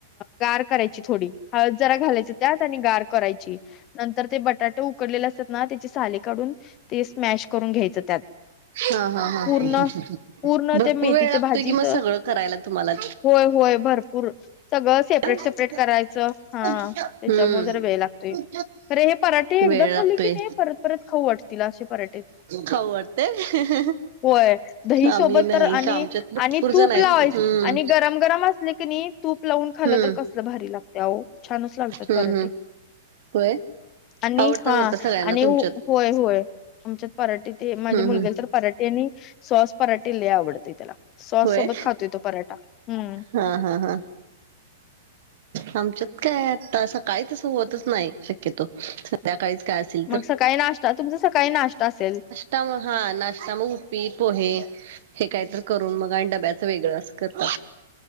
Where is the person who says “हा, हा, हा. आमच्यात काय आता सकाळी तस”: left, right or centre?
Right